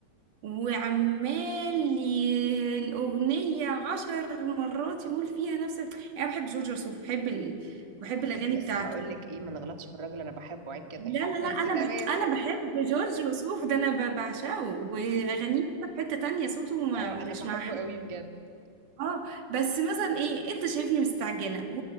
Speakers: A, on the right; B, on the right.
A: وعمال ي- الأغنية عشر مرات يقول فيها نفس يعني أنا بحب جورج وسوف بحب ال... بحب الأغاني
B: كنت لسه
A: بتاعته
B: هقول لك ايه ما نغلطش في الراجل انا بحبه عيب كده
A: لا
B: يعني
A: لا
B: <laughs>
A: لا انا
B: بس تمام
A: بح... انا بحب جورج وسوف ده انا ب- بعشقه واغانيه في حته تانية صوته ما...
B: اه انا
A: مش
B: بحبه
A: مع حد
B: قوي بجد
A: اه بس مثلا ايه انت شايفني مستعجله و...